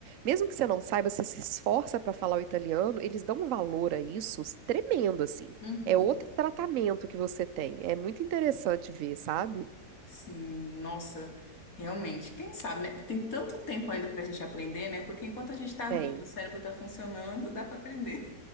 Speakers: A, on the right (about 55°); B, on the left (about 50°).
A: mesmo que você não saiba, você se esforça para falar o italiano, eles dão um valor a isso tremendo, assim.
B: Uhum.
A: É outro tratamento que você tem. É muito interessante ver, sabe?
B: Sim, nossa, realmente, quem sabe, né? Tem tanto tempo ainda pra gente aprender, né? Porque enquanto a gente tá
A: Tem.
B: vivo, o cérebro tá funcionando, dá pra aprender.